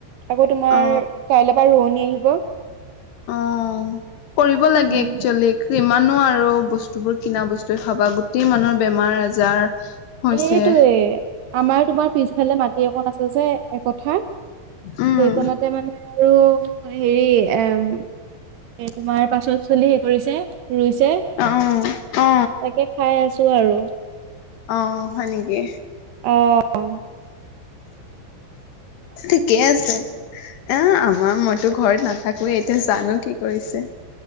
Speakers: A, on the right (about 75°); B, on the left (about 70°).
A: আকৌ তোমাৰ
B: অ
A: কাইলৈ পৰা ৰোৱনী আহিব
B: অ কৰিব লাগে
A: উম
B: একচোলি ইমান <unintelligible> নোৱাৰো বস্তু বোৰ কিনা বস্তুৱে খাবা গোটেই মানুহৰ বেমাৰ আজাৰ হৈছে
A: এইটোৱে আমাৰ তোমাৰ পিছফালে মাটি এক আছে যে একথা
B: উম
A: সেইখনতে মানে আৰু হেৰি এম তোমাৰ পাচল চলি হে কৰিছে <unintelligible> ৰুইছে
B: অ অ
A: তাকে খাই আছো আৰু
B: অ হয়নেকি
A: অঁ
B: ঠিকেই আছে এ আমাৰ মইতো ঘৰত নাথাকুৱে এতিয়া জানো কি কৰিছে